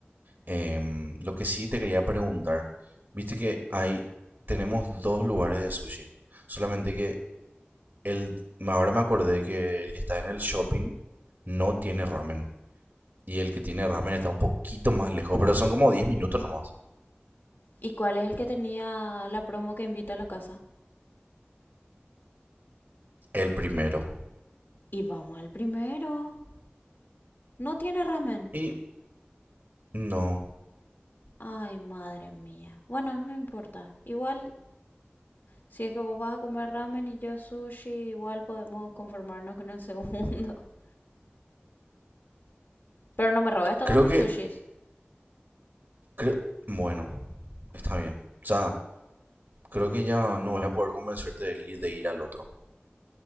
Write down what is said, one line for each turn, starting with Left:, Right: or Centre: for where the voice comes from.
Right: Em, lo que sí te quería preguntar, viste que hay, tenemos dos lugares de sushi. Solamente que el, ahora me acordé que el que está en el shopping no tiene ramen. y el que tiene ramen está un poquito más lejos, pero son como diez minutos nomás.
Left: ¿Y cuál es el que tenía la promo que invita a la casa?
Right: El primero.
Left: Y vamos al primero. No tiene ramen.
Right: Y no,
Left: Ay, madre mía. Bueno, no importa. Igual, si es que vos vas a comer ramen y yo sushi, igual podemos conformarnos con el segundo. <laughs> Pero no me robes todos
Right: creo
Left: mis
Right: que,
Left: sushis.
Right: creo, bueno, está bien. O sea, creo que ya no voy a poder convencerte de, ir- de ir al otro.